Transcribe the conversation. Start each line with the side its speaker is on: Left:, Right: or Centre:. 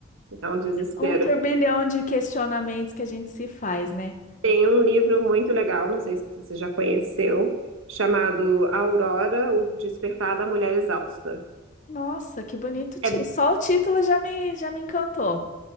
Right: É um desespero.
Left: Um turbilhão de questionamentos que a gente se faz, né?
Right: Tem um livro muito legal, não sei se você já conheceu, chamado Aurora, o Despertar da Mulher Exausta.
Left: Nossa, que bonito. ti-
Right: É,
Left: Só o título já me, já me encantou.